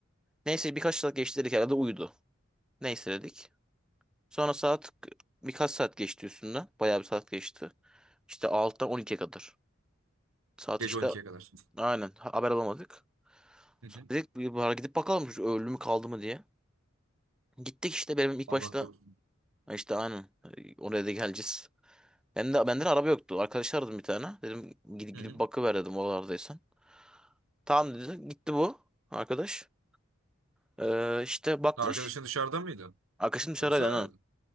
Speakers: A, in the centre; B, on the right.
A: Neyse birkaç saat geçti dedik herhalde uyudu. Neyse dedik. Sonra saat birkaç saat geçti üstünden. Bayağı bir saat geçti. İşte altıdan on 12'ye kadar. Saat
B: Gece
A: işte
B: on ikiye kadar.
A: aynen haber alamadık.
B: Hı hı.
A: Dedik bir bari gidip bakalım şu ölü mü kaldı mı diye. Gittik işte benim ilk
B: Allah
A: başta
B: korusun.
A: Ha işte aynen e, oraya da geleceğiz. Ben de benden araba yoktu. Arkadaş aradım bir tane. Dedim gidip,
B: Hı
A: gidip
B: hı.
A: bakıver dedim oralardaysan. Tamam dedi. Gitti bu arkadaş. Ee, işte bakmış.
B: Arkadaşın dışarıda mıydı?
A: Arkadaşım dışarıdaydı
B: Yoksa?
A: aynen.